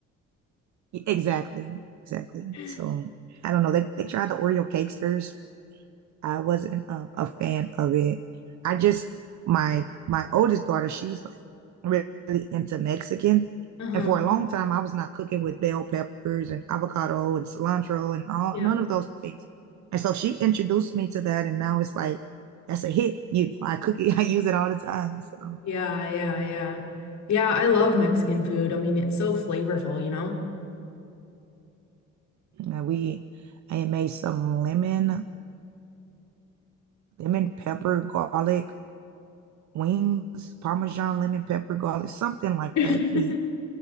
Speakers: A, on the right (about 70°); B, on the left (about 65°).
A: Exactly, exactly.
B: <laughs>
A: So I don't know. They they tried the Oreo cakesters. I wasn't um, a fan of it. I just my my oldest daughter, she's like really into Mexican,
B: Uh-huh.
A: and for a long time, I was not cooking with bell peppers and avocado and cilantro and all
B: Yeah.
A: none of those things. And so she introduced me to that, and now it's like that's a hit. You know, I cook it, <laughs> I use it all the time. So
B: Yeah, yeah, yeah. Yeah, I love Mexican food. I mean, it's so flavorful, you know?
A: uh, we, I had made some lemon lemon pepper garlic wings, Parmesan lemon pepper garlic, something like
B: <laughs>
A: that. We